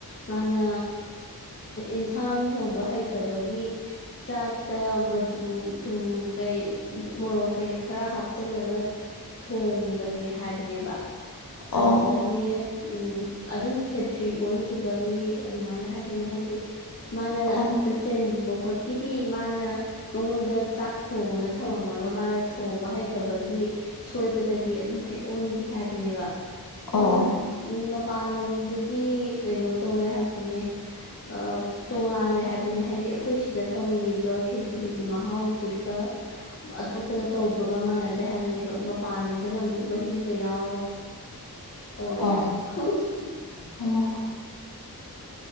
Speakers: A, on the left; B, on the left.
A: ꯃꯥꯅ ꯏꯟꯁꯥꯡ ꯊꯣꯡꯕ ꯍꯩꯇꯕꯒꯤ ꯆꯥꯛꯇ ꯃꯆꯨ ꯊꯨꯝ ꯀꯩ ꯃꯣꯔꯣꯛ ꯀꯩ ꯈꯔ ꯍꯥꯞ ꯆꯜꯂꯒ ꯊꯣꯡꯕꯅꯦ ꯍꯥꯏꯕꯅꯦꯕ
B: ꯑꯣ
A: ꯑꯗꯨꯗꯒꯤ ꯎꯝ ꯑꯗꯨꯝ ꯈꯦꯇ꯭ꯔꯤ ꯑꯣꯟꯈꯤꯕꯒꯤ ꯑꯗꯨꯃꯥꯏꯅ ꯍꯥꯏꯕꯅꯦ ꯍꯥꯏꯗꯤ ꯃꯥꯅ
B: ꯑꯣ
A: ꯇꯁꯦꯡꯕꯃꯛ ꯀꯤꯗꯤ ꯃꯥꯅ ꯃꯉꯣꯟꯗ ꯆꯥꯛ ꯊꯣꯡꯉꯣꯅ ꯊꯝꯃꯝꯃꯒ ꯃꯥꯅ ꯊꯣꯡꯕ ꯍꯩ ꯇꯕꯒꯤ ꯁꯣꯏꯕꯗꯒꯤ ꯑꯗꯨꯝ ꯍꯩ ꯑꯣꯟꯒꯤ ꯍꯥꯏꯕꯅꯦꯕ
B: ꯑꯣ
A: ꯑꯗꯨꯝ ꯎꯝ ꯃꯄꯥꯟ ꯂꯝꯗꯗꯤ ꯀꯩꯅꯣ ꯇꯧꯋꯦ ꯍꯥꯏꯕꯅꯦ ꯑꯞ ꯇꯣꯉꯥꯜꯂꯦ ꯍꯥꯏꯕꯅꯤ ꯍꯥꯏꯗꯤ ꯑꯩꯈꯣꯏ ꯁꯤꯗ ꯇꯧꯔꯤꯕ ꯈꯦꯆ꯭ꯔꯤꯒꯤ ꯃꯍꯥꯎꯁꯤꯒ ꯑꯇꯣꯞꯄꯗ ꯇꯧꯕꯒ ꯃꯥꯟꯅꯗꯦ ꯍꯥꯏꯕꯅꯦꯕ ꯃꯄꯥꯟ ꯂꯝꯗꯅ ꯑꯃꯨꯛ ꯃꯍꯤꯒ ꯌꯥꯎꯔꯒ ꯇꯧꯋꯦ
B: ꯑꯣ
A: ꯌꯥ ꯈꯪꯗꯦ
B: ꯑꯣ